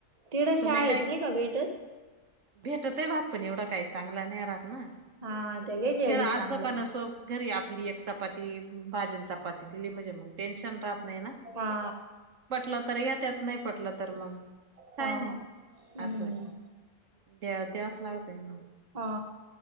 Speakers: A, on the right; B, on the right.
A: तिड
B: मग
A: शाळेत
B: तुम्ही काय
A: नाही का भेटत
B: भेटतय भात, पण एवढं काही चांगला नहीे रात ना.
A: हा त्या घ्यायची
B: घर
A: एवढी
B: असो
A: चांगलं
B: का नसो, घरी आपली एक चपाती, भाजी चपाती दिली म्हणजे मग, टेन्शन राहत नाही ना?
A: हा
B: पटलं तर यात्यात, नही पटलं तर मग, काय
A: हा
B: नाही
A: हम्म
B: असंय द्या-द्यायच लागतय मग,
A: हा